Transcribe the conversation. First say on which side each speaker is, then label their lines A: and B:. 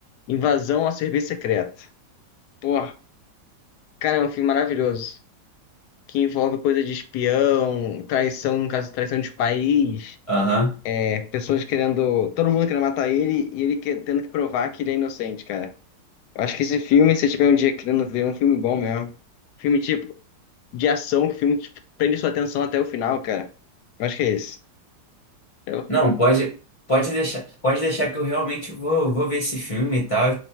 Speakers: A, on the left; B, on the left.
A: Invasão ao Serviço Secreto. Porra, cara, é um filme maravilhoso. que envolve coisa de espião, traição, no caso, traição de país,
B: Aham.
A: é, pessoas querendo, todo mundo querendo matar ele e ele que- tendo que provar que ele é inocente, cara. Eu acho que esse filme, se você tiver um dia querendo ver, é um filme bom mesmo. Filme tipo de ação, que filme que prende sua atenção até o final, cara. Eu acho que é esse. Eu-
B: Não, pode, pode deixar, pode deixar que eu realmente vou, vou ver esse filme e tal,